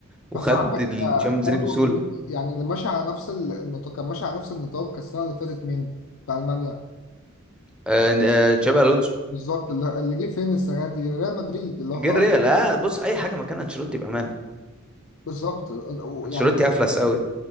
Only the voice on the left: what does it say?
بس عندك
آه، برضو
مين- يعني اللي ماشي على نفس ال- النطاق كان ماشي على نفس النطاق السنة اللي فاتت مين في ألمانيا
بالظبط اللي اللي جه فين السنة دي ريال مدريد اللي هو
خلاص
بالظبط و-
يعني